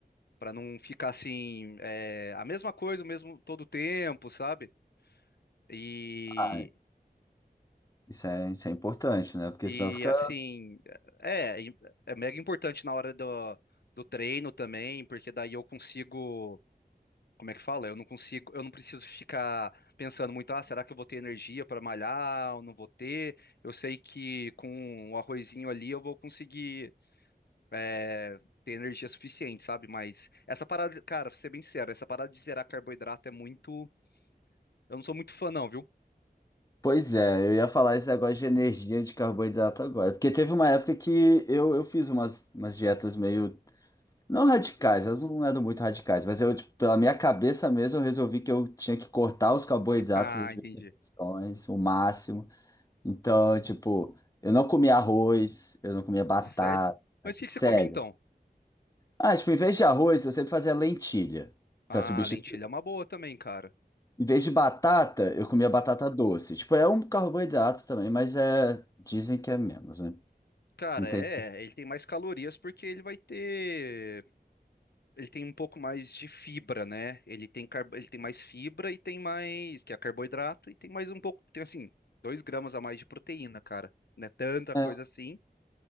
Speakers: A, on the left; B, on the left.
A: para não ficar assim é, a mesma coisa o mesmo todo tempo, sabe? E,
B: Ah, Isso é, isso é importante, né? Porque
A: e
B: senão fica
A: assim é é é mega importante na hora do, do treino também, porque daí eu consigo como é que fala? Eu não consigo, eu não preciso ficar pensando muito, ah, será que eu vou ter energia para malhar ou não vou ter? Eu sei que com o arrozinho ali eu vou conseguir é, ter energia suficiente, sabe? Mas essa parada, cara, pra ser bem sério, essa parada de zerar carboidrato é muito. Eu não sou muito fã, não, viu?
B: Pois é, eu ia falar esse negócio de energia de carboidrato agora. Porque teve uma época que eu, eu fiz umas, umas dietas meio. Não radicais, elas não eram muito radicais, mas eu, tipo, pela minha cabeça mesmo, eu resolvi que eu tinha que cortar os carboidratos,
A: <laughs>
B: as
A: Ah, entendi.
B: refeições, o máximo. Então, tipo, eu não comia arroz, eu não comia batata,
A: Sério? Mas o que
B: sério.
A: que você comia então?
B: Ah, tipo, em vez de arroz, eu sempre fazia lentilha
A: Ah,
B: para substituir.
A: lentilha é uma boa também, cara.
B: Em vez de batata, eu comia batata doce. Tipo, é um carboidrato também, mas é. Dizem que é menos, né?
A: Cara,
B: Não tem.
A: é, ele tem mais calorias porque ele vai ter ele tem um pouco mais de fibra, né? Ele tem, carbo- ele tem mais fibra e tem mais, que é carboidrato, e tem mais um pouco, tem assim, dois gramas a mais de proteína, cara. Não é tanta coisa
B: É,
A: assim,